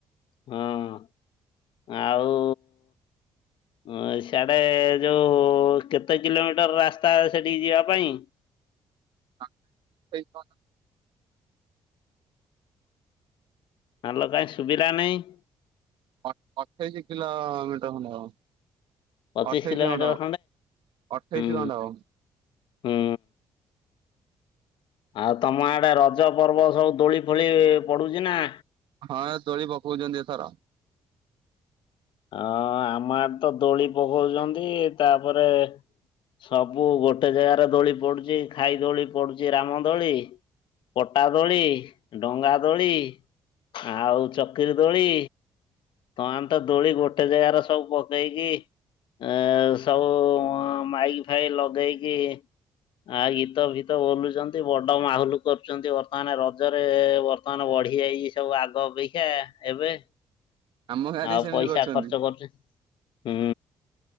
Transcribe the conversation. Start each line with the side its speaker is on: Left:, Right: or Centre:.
Left: ହଁ ଆଉ ହଁ ସିଆଡ଼େ ଯଉଁ କେତେ କିଲୋମିଟର ରାସ୍ତା ସେଠିକି ଯିବା ପାଇଁ?
Right: ହ <inaudible>
Left: ହାଲୋ କାହିଁ ଶୁଭିଲା ନାହିଁ?
Right: ଅ ଅଠେଇଶି କିଲୋ ମିଟର ଖଣ୍ଡେ ହବ।
Left: ପଚିଶ
Right: ଅଠେଇସି
Left: କିଲୋମିଟର
Right: ଖଣ୍ଡେ ହବ ଅଠେଇସି
Left: ହୁଁ
Right: ଖଣ୍ଡେ ହବ।
Left: ହୁଁ। ଆଉ ତମ ଆଡେ ରଜ ପର୍ବ ସବୁ ଦୋଳି ଫୋଳି ପଡୁଚି ନା?
Right: ହଁ ଏ ଦୋଳି ପକଉଚନ୍ତି ଏଥର।
Left: ହଁ ଆମ ଆଡେ ତ ଦୋଳି ପକଉଚନ୍ତି ତାପରେ ସବୁ ଗୋଟେ ଜାଗାରେ ଦୋଳି ପଡ଼ୁଚି। ଖାଇ ଦୋଳି ପଡ଼ୁଚି ରାମଦୋଳି। ପଟା ଦୋଳି, ଡଙ୍ଗା ଦୋଳି, ଆଉ ଚକିରିୀ ଦୋଳି। ତମେ ତ ଦୋଳି ଗୋଟେ ଜାଗାରେ ସବୁ ପକେଇକି ଏ ସବୁ ମାଇକ୍ ଫାଇକ ଲଗେଇକି ଆ ଗୀତ ଫୀତ ବୋଲୁଚନ୍ତି। ବଡ ମାହୁଲ କରୁଚନ୍ତି ବର୍ତ୍ତମାନ ରଜରେ। ବର୍ତମାନ ବଢି ଯାଇଚି ସବୁ ଆଗ ଅପେକ୍ଷା ଏବେ।
Right: ଆମ ଗାଁରେ
Left: ଆଉ
Right: ବି ସେମିତି
Left: ପଇସା
Right: କରିଛନ୍ତି।
Left: ଖର୍ଚ୍ଚ କରୁଚି ହୁଁ।